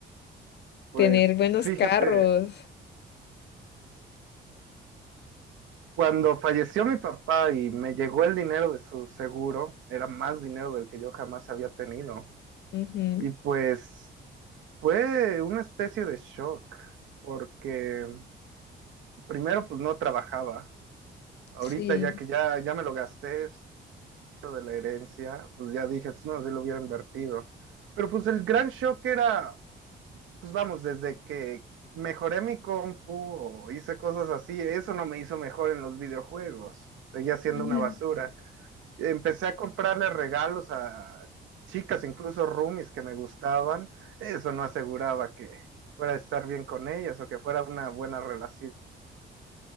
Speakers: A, on the right; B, on the left.
A: Pues
B: Tener buenos
A: fíjate,
B: carros.
A: cuando falleció mi papá y me llegó el dinero de su seguro, era más dinero del que yo jamás había tenido.
B: ujú.
A: Y pues fue una especie de shock, porque primero pues no trabajaba. Ahorita
B: Sí.
A: ya que ya, ya me lo gasté, eso de la herencia, pues ya dije, "Pues, no, si lo hubiera invertido. Pero pues el gran shock era Pues vamos, desde que mejoré mi compu o hice cosas así, eso no me hizo mejor en los videojuegos. Seguía siendo
B: <laughs>
A: una basura. Empecé a comprarle regalos a chicas, incluso roomies que me gustaban. Eso no aseguraba que fuera a estar bien con ellas o que fuera una buena relación.